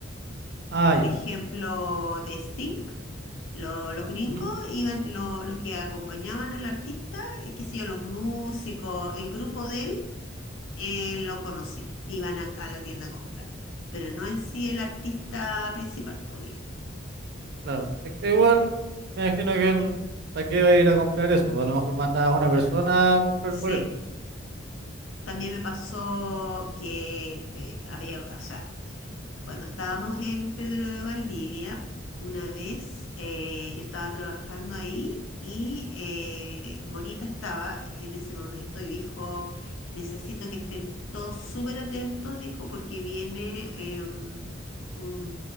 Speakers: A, on the right; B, on the left.
A: Ah,
B: por
A: ya.
B: ejemplo, de Sting, lo- los gringos
A: Ujú,
B: iban, lo- los que acompañaban al artista, eh, qué sé yo, los músicos, el grupo de él, eh, lo conocí, iban a, a la tienda a comprar, pero no en sí el artista principal, pues, digamos,
A: claro. Es que igual me imagino que él, ¿para qué va a ir a comprar eso? Pues A lo mejor manda a una
B: claro,
A: persona a comprar
B: sí.
A: por él.
B: También me pasó que eh, había, o sea, Cuando estábamos en Pedro de Valdivia, una vez eh, yo estaba trabajando ahí y eh, Morita estaba en ese momento y dijo, necesito que estén todos súper atentos, dijo, porque viene eh, un,